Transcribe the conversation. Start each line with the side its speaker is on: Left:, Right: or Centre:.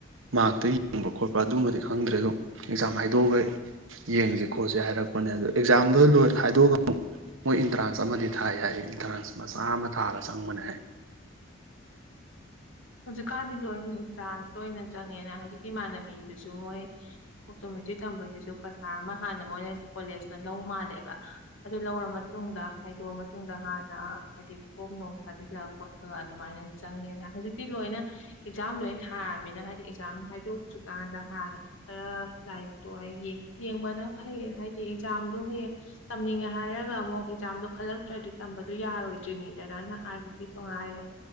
Right: ꯃꯥꯔꯛꯇ ꯌꯦꯡꯕ ꯈꯣꯠꯄ ꯑꯗꯨꯝꯕꯗꯤ ꯈꯪꯗ꯭ꯔꯦ ꯑꯗꯨꯝ ꯑꯦꯛꯖꯥꯝ ꯍꯥꯏꯗꯣꯛꯑꯒ ꯌꯦꯡꯁꯦ ꯈꯣꯠꯁꯦ ꯍꯥꯏꯔꯛꯄꯅꯦ ꯑꯗꯣ ꯑꯦꯛꯖꯥꯝꯗꯣ ꯂꯣꯏꯅ ꯍꯥꯏꯗꯣꯛꯑꯒ ꯑꯃꯨꯛ ꯃꯣꯏ ꯑꯦꯟꯇ꯭ꯔꯥꯟꯁ ꯑꯃꯗꯤ ꯊꯥꯏ ꯍꯥꯏ ꯑꯦꯟꯇ꯭ꯔꯥꯟꯁ ꯃꯆꯥ ꯑꯃ ꯊꯥꯔ ꯆꯪꯕꯅꯦ ꯍꯥꯏ꯫
Left: ꯍꯧꯖꯤꯛꯀꯥꯟꯗꯤ ꯂꯣꯏꯅ ꯏꯟꯇ꯭ꯔꯥꯟꯁꯇꯅ ꯆꯪꯉꯦꯅ ꯍꯧꯖꯤꯛꯀꯤ ꯏꯃꯥꯟꯅꯕꯤꯗꯨꯁꯨ ꯃꯣꯏ ꯑꯣꯇꯣꯃꯦꯇꯤꯛ ꯊꯝꯕꯩꯗꯨꯁꯨ ꯄꯩꯁꯥ ꯑꯃ ꯍꯥꯟꯅ ꯃꯣꯏꯅꯁꯨ ꯀꯣꯂꯦꯖꯇ ꯂꯧ ꯃꯥꯜꯂꯦꯕ ꯑꯗꯨ ꯂꯧꯔ ꯃꯇꯨꯡꯗ ꯍꯥꯏꯗꯣꯛꯑ ꯃꯇꯨꯡꯗ ꯍꯥꯟꯅ ꯍꯥꯏꯗꯤ ꯐꯣꯝ ꯅꯨꯡ ꯊꯥꯖꯤꯜꯂ ꯈꯣꯠꯂꯒ ꯑꯗꯨꯃꯥꯏꯅ ꯆꯪꯉꯦꯅ ꯍꯧꯖꯤꯛ ꯇꯤ ꯂꯣꯏꯅ ꯑꯦꯛꯖꯥꯝ ꯂꯣꯏꯅ ꯊꯥꯔꯕꯃꯤꯅ ꯍꯥꯏꯗꯤ ꯑꯦꯛꯖꯥꯝ ꯍꯥꯏꯗꯣꯛꯇ꯭ꯔꯤꯀꯥꯟꯗ ꯍꯥꯟꯅ ꯈꯔ ꯂꯥꯏꯔꯤꯛꯇꯣ ꯑꯩ ꯌꯦꯡꯕꯅ ꯐꯩ ꯍꯥꯏꯗꯤ ꯑꯦꯛꯖꯥꯝꯗꯣ ꯍꯌꯦꯡ ꯇꯝꯅꯤꯡꯉꯦ ꯍꯥꯏꯔꯒ ꯑꯃꯨꯛ ꯑꯦꯛꯖꯥꯝꯗꯣ ꯈꯜꯂꯛꯇ꯭ꯔꯗꯤ ꯇꯝꯕꯗꯨ ꯌꯥꯔꯣꯏꯗ꯭ꯔꯤꯅꯤꯗꯅ ꯅꯪ ꯑꯥꯔꯃꯤꯒꯤꯁꯨ ꯉꯥꯏꯔꯦ